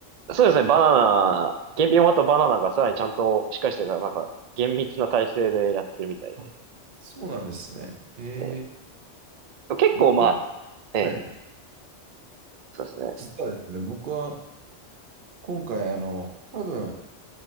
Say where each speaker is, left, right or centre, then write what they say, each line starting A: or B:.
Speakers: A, on the right; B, on the right.
A: ね。そうですね、バナナ、検品終わったバナナがさらにちゃんとしっかりしてるから、まあやっぱ厳密な体制でやってるみたいで。
B: あ、そうなんですね。えー、
A: ええ結構まあ、
B: 僕は、
A: ええ、
B: はい、
A: そうですね。
B: 実はですね、僕は今回、あの、多分、